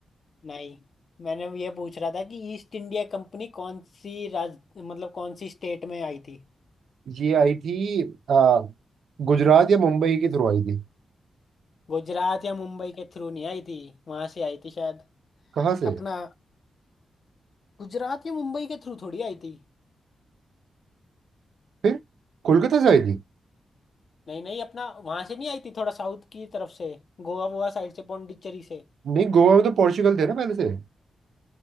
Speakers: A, on the left; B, on the right.
A: नहीं मैंने ये पूछ रहा था कि ईस्ट इंडिया कंपनी कौन सी राज मतलब कौन सी स्टेट में आई थी
B: ये आई थी आ, गुजरात या मुंबई के थ्रू आई थी
A: गुजरात या मुंबई के थ्रू नहीं आई थी वहां से आई थी शायद
B: कहाँ से
A: अपना गुजरात या मुंबई के थ्रू थोड़ी आई थी
B: फिर कोलकाता से आई थी
A: नहीं नहीं अपना वहां से नहीं आई थी थोड़ा साउथ की तरफ से गोवा वोवा साइड से पौंडीचेरी से
B: नहीं गोवा में तो पोर्चुगल थे ना पहले से